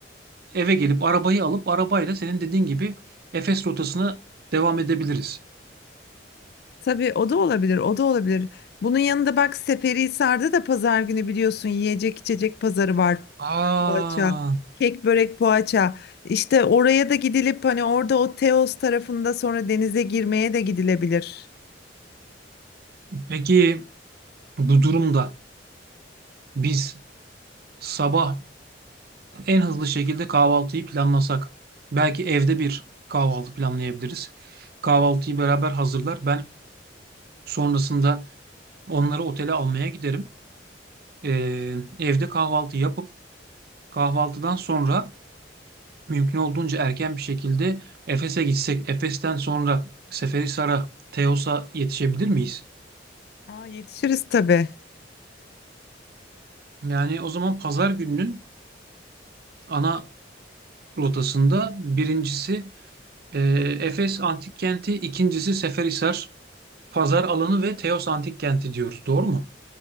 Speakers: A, on the right (about 55°); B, on the left (about 60°).
A: Eve gelip arabayı alıp arabayla senin dediğin gibi Efes rotasına devam edebiliriz.
B: Tabii o da olabilir. O da olabilir. Bunun yanında bak Seferihisar'da da pazar günü biliyorsun yiyecek içecek pazarı var.
A: Aa,
B: poğaça. Kek, börek, poğaça. İşte oraya da gidilip hani orada o Teos tarafında sonra denize girmeye de gidilebilir.
A: peki bu durumda biz sabah en hızlı şekilde kahvaltıyı planlasak belki evde bir kahvaltı planlayabiliriz. Kahvaltıyı beraber hazırlar. Ben sonrasında onları otele almaya giderim. Ee, evde kahvaltı yapıp kahvaltıdan sonra mümkün olduğunca erken bir şekilde Efes'e gitsek, Efes'ten sonra Seferihisar'a, Teos'a yetişebilir miyiz?
B: Aa, yetişiriz tabii.
A: Yani o zaman pazar gününün ana rotasında birincisi e, Efes Antik Kenti, ikincisi Seferihisar pazar alanı ve Teos Antik Kenti diyoruz. Doğru mu?